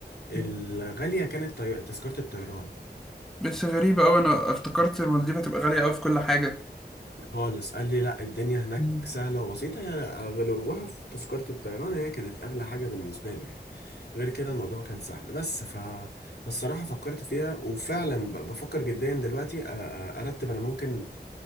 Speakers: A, on the left (about 65°); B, in the centre.
A: الغالية
B: مم.
A: كانت طي... تذكرة الطيران
B: بس غريبة أوي أنا افتكرت المالديف هتبقى غالية أوي في كل حاجة
A: خالص قال لي لا الدنيا هناك
B: مم.
A: سهلة وبسيطة هي غلوها في تذكرة الطيران هي كانت أغلى حاجة بالنسبة له يعني غير كده الموضوع كان سهل بس ف... فالصراحة فكرت فيها وفعلا ب... بفكر جديا دلوقتي أ... أ- أرتب أنا ممكن